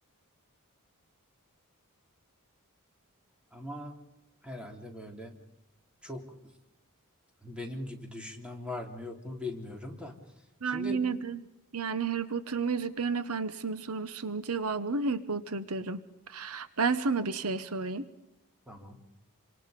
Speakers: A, in the centre; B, on the right.
A: Ama herhalde böyle çok benim gibi düşünen var mı yok mu bilmiyorum da.
B: Ben
A: Şimdi
B: yine de yani Harry Potter mı Yüzüklerin Efendisi mi sorusunun cevabını Harry Potter derim. Ben sana bir şey sorayım.
A: tamam.